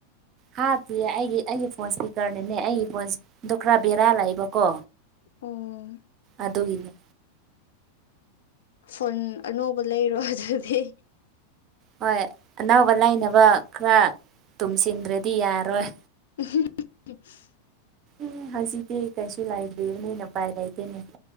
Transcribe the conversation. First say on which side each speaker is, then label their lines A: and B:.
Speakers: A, on the right (about 35°); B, on the left (about 60°).
A: ꯍꯥꯞꯄꯤꯌ‌ꯦ ꯑꯩꯒꯤ ꯑꯩꯒꯤ ꯐꯣꯟ ꯏꯁꯄꯤꯀꯔꯅꯤꯅꯦ ꯑꯩꯒꯤ ꯐꯣꯟꯗꯣ ꯈꯔ ꯕꯦꯔꯥ ꯂꯥꯛꯏꯕꯀꯣ
B: ꯑꯣ
A: ꯑꯗꯨꯒꯤꯅꯦ
B: ꯐꯣꯟ ꯑꯅꯧꯕ ꯂꯩꯔꯣ ꯑꯗꯨꯗꯤ
A: ꯍꯣꯏ ꯑꯅꯥꯕ ꯂꯥꯏꯅꯕ ꯈꯔ ꯇꯨꯝꯁꯤꯟꯗ꯭ꯔꯗꯤ ꯌꯥꯔꯣꯏ
B: <unintelligible> <unintelligible>
A: ꯎꯝ ꯍꯧꯖꯤꯛꯇꯤ ꯀꯩꯁꯨ ꯂꯩꯥꯏꯗ꯭ꯔꯤꯕꯅꯤꯅ ꯎꯄꯥꯏ ꯂꯩꯇꯦꯅꯦ